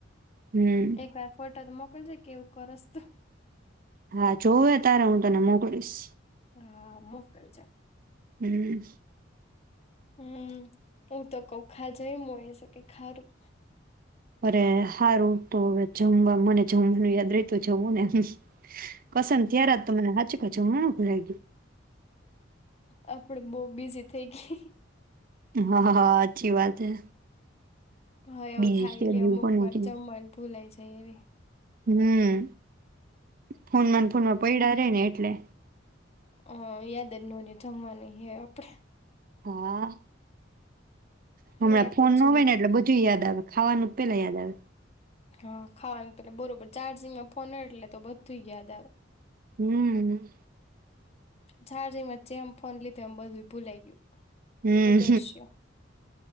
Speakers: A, on the right; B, on the left.
A: હમ
B: એક વાર ફોટો તો મુક. કલ છે કેવું કરસ તો.
A: હા જોવે તારે હું તને મોકલીશ.
B: હા મુક કલ છે.
A: હમ્મ.
B: હમ્મ. હું તો કૌખા જાય છે કે ખારું?
A: અરે હારું તો હવે જમવા મને જમવાનું યાદ રેતું જમવું ને. કસમ થીયરા તમને હાચુ. અચ્છા હું ભુરાય ગયું?
B: આપડ બહ બીજી થઈ ગઈ.
A: હા હા અચ્છી વાત હે
B: હા એવું
A: બીજી
B: થાય એટલે અમુક
A: કોને
B: વાર
A: કે,
B: જમવાનું ભૂલાઈ જાય એવી
A: હમ્મ. ફોનમાંન ફોનમાં પૈડા રે ને એટલે.
B: અ યાદ જ નો રયુ જમવાનું હે આપણેે.
A: હા. હમણાં
B: મેં
A: ફોન
B: તો જોઈ
A: ન હોય ને એટલે બધું યાદ આવે. ખાવાનું પેલા યાદ આવે.
B: હા ખાવાનું પ બરોબર ચાર્જિંગમાં ફોન એટલે તો બધું યાદ આવે.
A: હમ્મ.
B: ચાર્જિંગમાં જેમ ફોન લીધું એમ બધું ભૂલાય ગયું.
A: હમ્મ,
B: અદ્રશ્ય